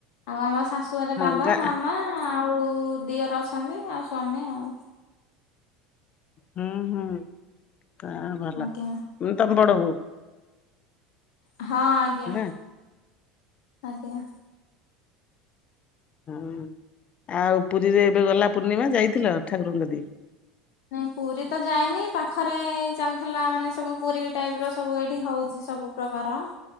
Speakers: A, on the left; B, on the left.
A: ଆଉ ଆମ ଶାଶୁଘରେ
B: ହଁ
A: ବାବା
B: ଗାଁ
A: ମାମା ଆଉ ଦିଅର ଅଛନ୍ତି ଆଉ ସ୍ଵାମୀ ଆଉ।
B: ହୁଁ ହୁଁ ଆଁ ଭଲ
A: ଆଜ୍ଞା
B: ଉଁ ତମେ ବଡ ବୋଉ।
A: ହଁ ଆଜ୍ଞା
B: ନା
A: ଆଜ୍ଞା।
B: ହୁଁ ଆଉ ପୁରୀରେ ଏବେ ଗଲା ପୂର୍ଣ୍ଣିମା ଯାଇଥିଲ ଠାକୁରଙ୍କ କତିକି?
A: ନାଇଁ ପୁରୀ ତ ଯାଇନି ପାଖରେ ଚାଲିଥିଲା ମାନେ ସବୁ ପୁରୀ ବି ଟାଇପର ସବୁ ଏଇଠି ହଉଚି। ସବୁ ପ୍ରକାର